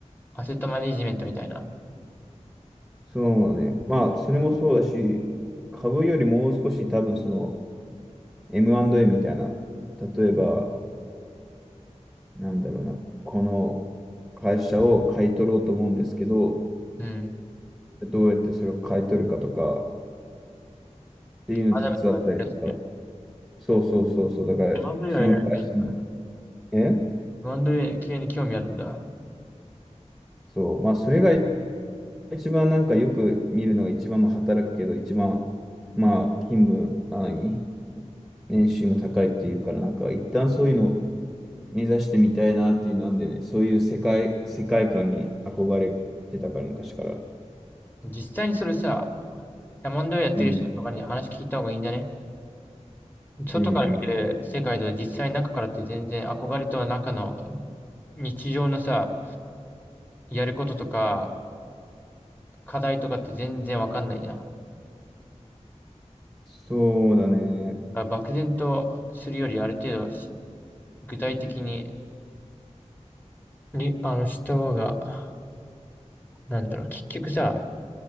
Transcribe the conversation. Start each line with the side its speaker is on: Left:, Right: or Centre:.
Left: アセットマネジメントみたいな。
Centre: そうね。まあ、それもそうだし、株よりもう少し多分その M&A みたいな、例えば、なんだろうな、この会社を買い取ろうと思うんですけど、
Left: うん。
Centre: どうやってそれを買い取るかとかっていうのを手伝ったりとか、
Left: アダムとかやってたよね。
Centre: そうそうそうそう、だから、
Left: あんまりはやらない。
Centre: その会社に、え
Left: バンド系に興味あるんだ。
Centre: そう、まあ、それが一番なんかよく見るのが一番も働くけど、一番、まあ、勤務、あ、何年収も高いっていうから、なんか一旦そういうの目指してみたいなっていうなんでね、そういう世界、世界観に憧れてたから、昔から。
Left: 実際にそれさ、ダモンドやってる人とかに話聞いた方がいいんじゃね
Centre: うん、
Left: 外から見る世界と実際中からって全然憧れと中の
Centre: うん、うん。
Left: 日常のさ、やることとか課題とかって全然わかんないじゃん。だか
Centre: そうだね。
Left: ら漠然とするよりある程度し具体的に、に、あの、した方が、なんだろう、結局さ、